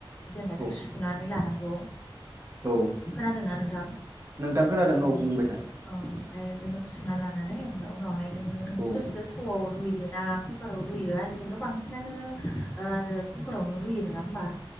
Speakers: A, on the left (about 20°); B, on the right (about 35°).
A: जेनेबा
B: औ
A: जों सुनानै लानांगौ
B: औ
A: खोनादोंना नोंथां
B: नोंथां खोनादों
A: अ
B: औ बुंबाय था
A: अ ओमफाय मोजां सुना लानानै ओमफाय उनावहाय नोङो नोंनि
B: औ
A: गोसो थौआव रुयो ना कुकाराव रुयो आजिखालिथ' बांसिनानो ओ कुकार आवनो रुयो नङा होमबा